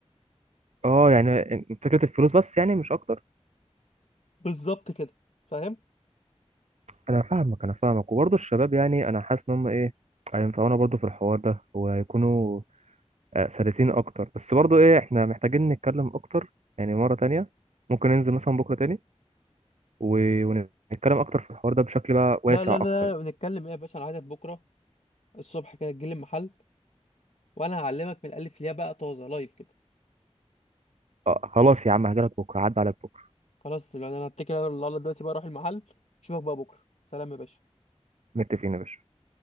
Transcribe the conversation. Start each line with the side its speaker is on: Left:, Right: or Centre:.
Right: اه يعني فكرة الفلوس بس يعني مش اكتر
Left: بالظبط كده فاهم
Right: انا فاهمك انا فاهمك وبرضو الشباب يعني انا حاسس ان هم ايه هينفعونا برضو في الحوار ده وهيكونوا آه، سلسين اكتر بس برضو ايه احنا محتاجين نتكلم اكتر يعني مرة تانية ممكن ننزل مثلا بكرة تاني و... ونتكلم اكتر في الحوار ده بشكل بقى واسع
Left: لا لا لا
Right: اكتر يعني.
Left: بنتكلم ايه يا باشا انا عايزك بكره الصبح كده تجيلي المحل وانا هعلمك من الالف للياء بقى طازه لايف كده
Right: آه خلاص يا عم هجيلك بكرة عدى عليك بكرة
Left: خلاص دلوقتي انا هتكل على الله دلوقتي بقى اروح المحل اشوفك بقى بكره سلام يا باشا
Right: متفقين يا باشا